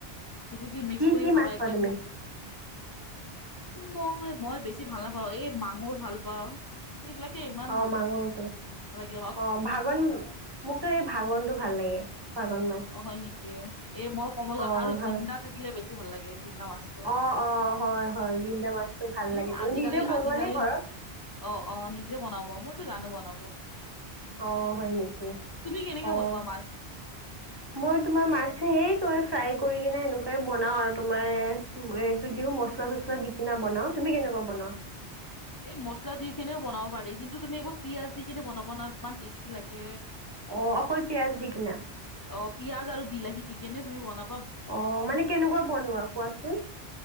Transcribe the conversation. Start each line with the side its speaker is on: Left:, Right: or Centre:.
Left: সেইটো দি মিক্স
Right: কি
Left: কৰি
Right: কি
Left: খাবা,
Right: মাছ খোৱা
Left: একবাৰ
Right: তুমি?
Left: তোমাক। মই মই বেছি ভাল নাপাওঁ এই মাঙুৰ ভাল পাওঁ। এইবিলাকে ইমান ভাল
Right: অ' মাগুৰটো।
Left: নালাগে
Right: অ' ভাঙন মোকতো এই ভাঙনটো ভাল লাগে। ভাগন মাছ।
Left: অ' হয় নেকি? এ মই কমল কথা
Right: অ
Left: আৰু
Right: ভাগন
Left: জিন্দা থাকিলে বেছি ভাল লাগে। জিন্দা মাছটো
Right: অ' অ' হয় হয়। জিন্দা মাছটো ভাল
Left: এ
Right: লাগে। তুমি
Left: আজিকালি
Right: নিজে বনোৱা
Left: আজিকালি
Right: নে ঘৰত?
Left: অ' অ' নিজে বনাব, মইতো জানো বনাব।
Right: অ', হয় নেকি?
Left: তুমি কেনেকে
Right: অ'।
Left: বনোৱা মাছ?
Right: মই তোমাৰ মাছটো সেই তোমাৰ ফ্ৰাই কৰি কিনে সেনেকুৱাই বনাও। আৰু তোমাৰ এইটো দিও ম। মচলা-চচলা দি কেনে বনাও। তুমি কেনেকুৱা বনোৱা?
Left: এই মছলা দি কেনেও বনাব পাৰি, কিন্তু তুমি একবাৰ পিয়াঁজ দি কিনে বনাব না ইমান টেষ্টি লাগে।
Right: অ অকল পিয়াজ দি কিনা
Left: অ' পিয়াঁজ আৰু বিলাহী দি কেনে তুমি বনা।
Right: অ' মানে কেনেকুৱা বনোৱা কোৱাচোন।